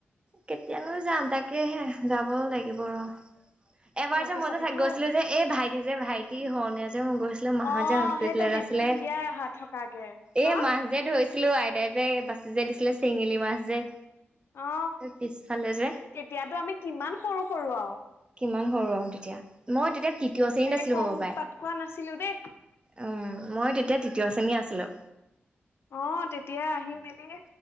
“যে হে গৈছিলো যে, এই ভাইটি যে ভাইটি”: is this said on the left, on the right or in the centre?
Right